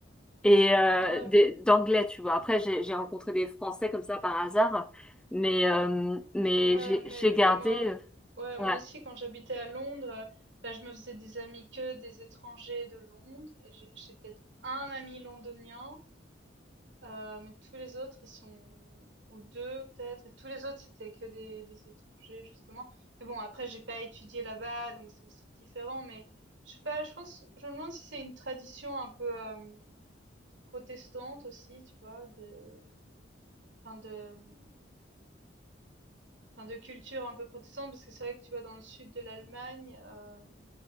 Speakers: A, in the centre; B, on the right.
A: et euh,
B: ouais, ouais.
A: des- d'anglais, tu vois. Après, j'ai j'ai rencontré des Français comme ça par hasard, mais euh, mais
B: Mais,
A: j'ai
B: mais
A: j'ai gardé.
B: moi,
A: euh,
B: ouais, moi
A: ouais.
B: aussi, quand j'habitais à Londres, euh, bah, je me faisais des amis que des étrangers de Londres. Et j'ai j'ai peut-être un ami londonien. Heu, mais tous les autres, ils sont ou 2 peut-être et tous les autres, c'était que des des étrangers justement. Mais bon après j'ai pas étudié là-bas, donc c'est aussi différent, mais je sais pas, je pense je me demande si c'est une tradition un peu, hem, protestante aussi, tu vois? De enfin de, mmh, enfin de culture un peu protestante parce que c'est vrai que tu vois dans le sud de l'Allemagne, hem,